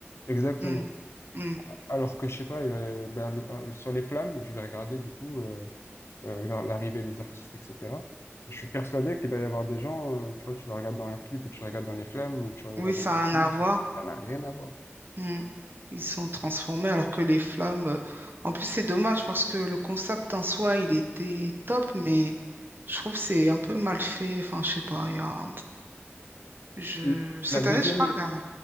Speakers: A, on the left (about 65°); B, on the right (about 50°).
A: Exactement.
B: Hmm, hmm.
A: Alors que je sais pas, euh, ben, les- euh, sur les flammes, je vais regarder du coup euh, euh, leur- l'arrivée des artistes, etc. Je suis persuadé qu'il va y avoir des gens, euh, tu vois, tu les regardes dans leurs clips et tu les regardes dans les flammes ou tu les regardes
B: Oui, ça
A: dans les
B: a un
A: interviews,
B: avoir.
A: ça n'a rien à voir.
B: Hmm. Ils sont transformés, alors que les flammes. euh, En plus, c'est dommage parce que le concept en soi, il était top, mais je trouve que c'est un peu mal fait. Enfin, je sais pas. Il y a... je...
A: L-
B: Cette
A: La deuxième,
B: année, j'ai pas regardé.